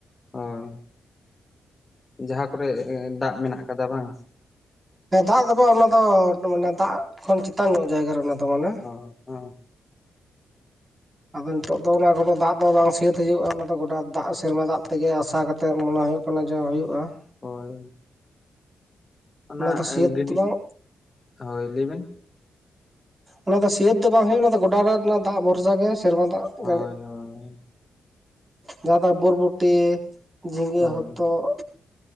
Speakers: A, on the left; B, on the right.
A: ᱦᱳᱭ ᱡᱟᱦᱟᱸ ᱠᱚᱨᱮ ᱫᱟᱜ ᱢᱮᱱᱟᱜ ᱠᱟᱫᱟ ᱵᱟᱝ
B: ᱦᱮᱸ ᱫᱟᱜ ᱛᱮᱫᱚ ᱚᱱᱟ ᱫᱚᱟᱱᱮ ᱫᱟᱜ ᱠᱷᱚᱱ ᱪᱮᱛᱟᱱ ᱧᱚᱜ ᱡᱟᱭᱜᱟ ᱨᱮ ᱫᱚ ᱢᱟᱱᱮ
A: ᱦᱳ ᱦᱮᱸ
B: ᱟᱫᱚ ᱱᱤᱛᱚᱜᱜ ᱫᱚ ᱚᱱᱟ ᱠᱚᱫᱚ ᱫᱟᱜ ᱫᱚ ᱵᱟᱝ ᱥᱟᱹᱛ ᱚᱱᱟ ᱜᱚᱴᱟ ᱫᱟᱜ ᱥᱮᱨᱢᱟ ᱫᱟᱜ ᱛᱮᱜᱮ ᱟᱥᱟ ᱠᱟᱛᱮᱜ ᱢᱚᱱᱮ ᱦᱩᱭᱩᱜ ᱠᱟᱱᱟ ᱡᱮ ᱦᱩᱭᱩᱜᱼᱟ <inaudible>
A: ᱦᱳᱭ ᱚᱱᱟ
B: ᱫᱚ ᱥᱟᱹᱛ
A: ᱜᱟᱹᱰᱤ
B: ᱫᱚ ᱵᱟᱝ
A: ᱦᱳᱭ ᱞᱟᱹᱭ ᱵᱮᱱ
B: ᱚᱱᱟ ᱫᱚ ᱥᱤᱭᱟᱹᱟᱹᱛ ᱫᱚ ᱵᱟᱝ ᱦᱩᱭᱩᱜᱼᱟ ᱚᱱᱟ ᱫᱚ ᱜᱚᱰᱟ ᱨᱮᱱᱟᱜ ᱫᱟᱜ ᱵᱷᱚᱨᱥᱟ ᱜᱮ ᱥᱮᱨᱢᱟ ᱫᱟᱜ
A: ᱦᱳᱭ
B: ᱡᱟᱹᱲᱤ
A: ᱦᱳᱭ
B: ᱡᱟᱦᱟᱸ ᱫᱚ ᱵᱩᱨᱵᱚᱴ ᱡᱷᱤᱸᱜᱟᱹ
A: ᱦᱳᱭ
B: ᱦᱚᱛᱚᱫ